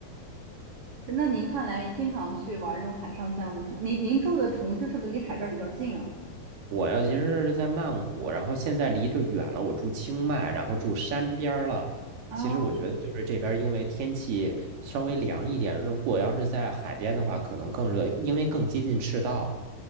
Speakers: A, on the right (about 40°); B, on the right (about 70°).
A: 那您看来经常去玩这种海上项目是吗？您您住的城市是不是离海边儿比较近啊？
B: 我呀，其实是在曼谷，然后现在离着远了，我住清迈，然后住山边儿了。
A: 哦，
B: 其实我觉得就是这边儿因为天气稍微凉一点，如果要是在海边的话，可能更热，因为更接近赤道。